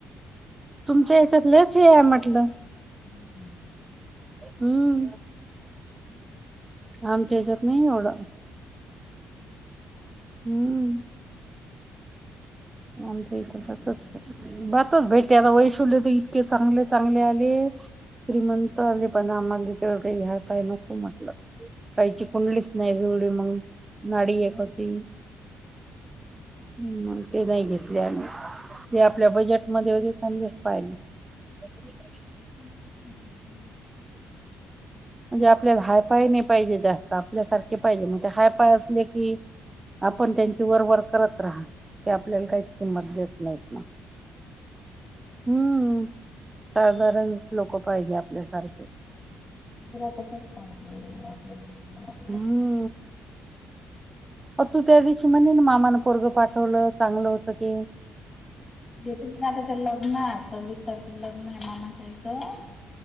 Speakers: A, on the right (about 20°); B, on the left (about 25°).
A: तुमच्या हच्यातलेच हे आहे म्हटलं.
B: <unintelligible>
A: हम्म.
B: हम्म हम्म.
A: आमच्या हच्यात नाही एवढं. हम्म.
B: नाही
A: आमच्या इथे
B: त्याचं
A: तसंच
B: काही
A: ये
B: वेगळं
A: बच बातच
B: जागेचं
A: भेटे
B: काही धंदाच
A: आता वैशूले
B: नाही.
A: तर इतके चांगले चांगले आले श्रीमंत आले पण आमाले एवढं काय हाय फाय नको म्हटलं ताईची कुंडलीच नाही जुळली मग- नाडी एक होती. हम् ते नाही घेतले आणि ते आपल्या बजेटमध्ये होते त्यांच पाहिलं. ब <inaudible>
B: ते का <inaudible>
A: म्हणजे आपल्याला हाय पाय नाही पाहिजे जास्त आपल्यासारखे पाहिजे म्हणजे हाय पाय असले की. आपण त्यांची वरवरर करत राहा. ते आपल्याला काहीच किंमत देत नाहीत मग हम्म. साधारण लोक पाहिजे आपल्यासारखे.
B: मरा त सस्ता म आपल्या <unintelligible>
A: हा आ. मग तू त्या दिवशी म्हणेल मामान पोरगं पाठवलं चांगलं होतं ते.
B: घेते म आता ते लग्न सव्वीस तारखे लग्न आहे मामाच्या इथं.